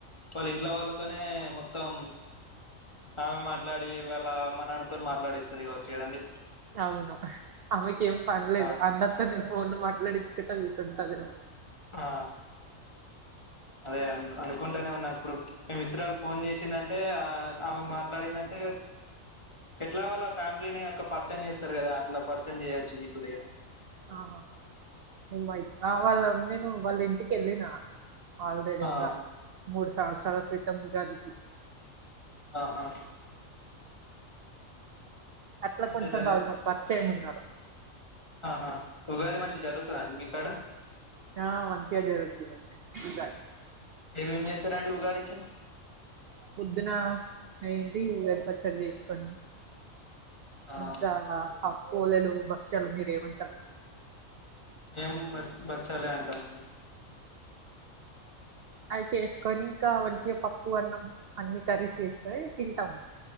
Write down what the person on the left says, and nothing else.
వాళ్ళ ఇంట్ల వాళ్ళతోనే మొత్తం ఆమె మాట్లాడి వాళ్ళ మా నాన్నతో మాట్లాడిస్తుంది వచ్చుదన్న
ఆ
ఆ అదే అ అనుకుంటానే ఉన్నా ఇప్పుడు మే మిత్రలు ఫోన్ చేసిందంటే ఆమె మాట్లాడిందంటే ఎట్లా వాళ్ళ ఫ్యామిలీని యొక్క పర్చయం చేస్తారు కదా అట్లా పర్చయం చేయొచ్చు మీ గుడిగా
ఆ
ఆహా
ే జర
ఆహా ఉగాది మంచిగా జరుగుతుందండి మీకడ
ఏవిం చేసి రండి ఉగాదికి
ఆ
మేము బ బచ్చాలి అంటామని